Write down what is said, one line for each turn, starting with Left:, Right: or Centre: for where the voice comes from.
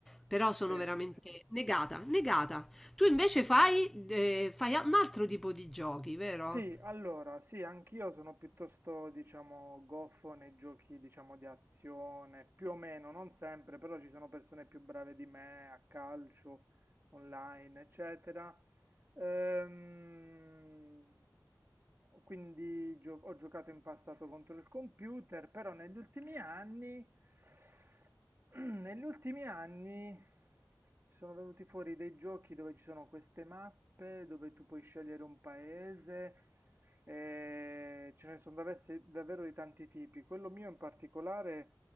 Centre: Però
Right: sì.
Centre: sono veramente negata, negata. Tu invece fai, eh, fai un altro tipo di giochi, vero?
Right: Sì, allora, sì, anch'io sono piuttosto, diciamo, goffo nei giochi, diciamo, di azione, più o meno, non sempre, però ci sono persone più brave di me a calcio, online, eccetera. Ehm, quindi gio- ho giocato in passato contro il computer, però negli ultimi anni, <clears throat> negli ultimi anni ci sono venuti fuori dei giochi dove ci sono queste mappe, dove tu puoi scegliere un paese. e ce ne sono davvers- davvero di tanti tipi. Quello mio in particolare